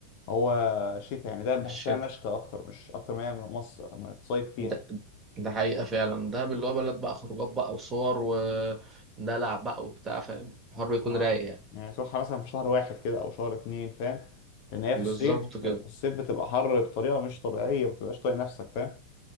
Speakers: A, on the left (about 45°); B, on the right (about 15°).
A: هو شتاء يعني ده بحسها
B: الشتاء
A: مشتى اكتر مش اكتر ما هي مصر ما تصيف فيها
B: ده, ده حقيقة فعلا ده اللي هو بلد بقى خروجات بقى وصور ودلع بقى وبتاع فاهم الحوار بيكون
A: اه
B: رايق يعني
A: يعني تروحها مثلا في شهر واحد كده او شهر اتنين فاهم لان هي
B: بالظبط
A: في الصيف
B: كده
A: في الصيف بتبقى حر بطريقه مش طبيعيه ما بتبقاش طايق نفسك فاهم